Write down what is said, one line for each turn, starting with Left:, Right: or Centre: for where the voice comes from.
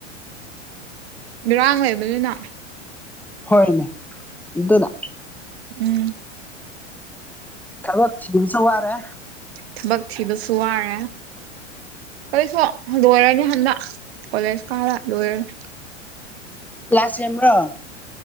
Right: ꯅꯨꯔꯥꯡ ꯂꯩꯕꯅꯤꯅ
Centre: ꯍꯣꯏꯅꯦ ꯑꯗꯨꯅ
Right: ꯎꯝ
Centre: ꯊꯕꯛ ꯊꯤꯕꯁꯨ ꯋꯥꯔꯦ
Right: ꯊꯕꯛ ꯊꯤꯕꯁꯨ ꯋꯥꯔꯦ ꯑꯩꯁꯨ ꯂꯣꯏꯔꯅꯤ ꯍꯟꯗꯛ ꯀꯣꯂꯦꯖ ꯀꯥꯔ ꯂꯣꯏꯔꯅꯤ
Centre: ꯀꯤꯌꯥ ꯁꯦꯝꯔꯣ